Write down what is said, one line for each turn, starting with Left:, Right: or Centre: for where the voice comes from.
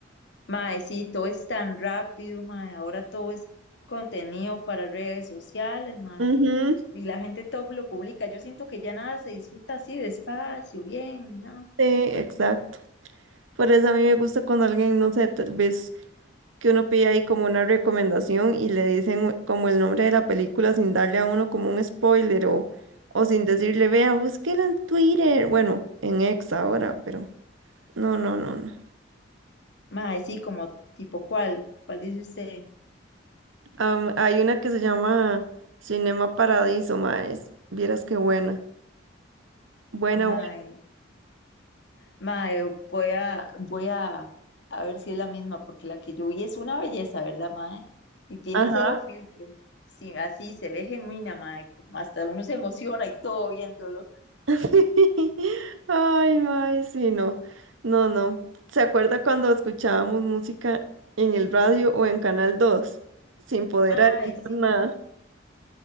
Left: Mae, sí, todo es tan rápido, mae. Ahora todo es contenido para redes sociales, mae.
Right: Ujú,
Left: Y la gente todo lo publica. Yo siento que ya nada se disfruta así, despacio, bien, ¿no?
Right: Sí, exacto. Por eso a mí me gusta cuando alguien, no sé, tal vez que uno pide ahí como una recomendación y le dicen como el nombre de la película sin darle a uno como un spoiler o, o sin decirle, vea, búsquela en Twitter. Bueno, en X ahora, pero... No, no, no, no.
Left: Mae, sí, como tipo cuál, cuál dice usted,
Right: Am- hay una que se llama Cinema Paradiso, maes. Vieras qué buena. Buena,
Left: mae.
Right: buena.
Left: Mae, voy a, voy a, a ver si es la misma, porque la que yo vi es una belleza, ¿verdad, mae? Y tiene
Right: Ajá.
Left: cero filtro. Sí, así se ve genuina, mae. como Hasta uno se emociona y todo viéndolo.
Right: <laughs> Ay, maes, sí, no. No, no. ¿Se acuerda cuando escuchábamos música en el radio o en Canal Dos, Sin poder
Left: Mae,
Right: adelantar
Left: sí.
Right: nada.